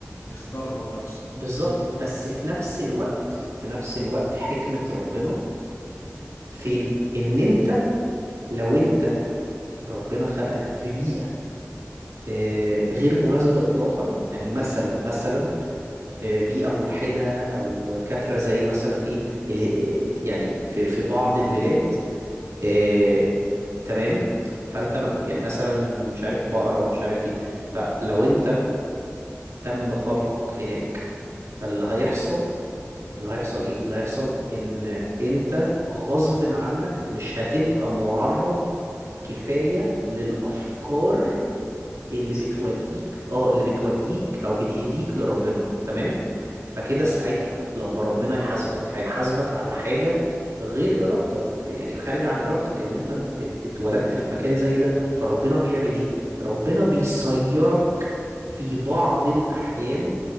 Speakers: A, on the left; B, on the right.
A: يختارها بنفسه
B: بالظبط بس في نفس الوقت في نفس الوقت حكمة ربنا فين ان انت لو انت ربنا خلقك في بيئة آه، غير مناسبة إطلاقا يعني مثلا مثلا آه، بيئة ملحدة أو كافرة زي مثلا إيه اللي يعني في في بعض البلاد إيه
A: اوكي
B: تمام فانت م- يعني مثلا مش عارف بقرة ومش عارف ايه فلو انت تم خلقك هناك فاللي هيحصل
A: اها
B: اللي هيحصل ايه اللي هيحصل ان انت غصب عنك مش هتبقى معرض كفاية للأفكار اللي
A: سليمة
B: بتوديك اه اللي بتوديك او بتهديك لربنا تمام فكده
A: مهم.
B: ساعتها لما ربنا يحاسبك هيحاسبك على حاجة غير إرادتك يعني خارجة عن إرادتك إن أنت ات- اتولدت في مكان زي ده فربنا بيعمل إيه؟ ربنا بيصيرك في بعض الأحيان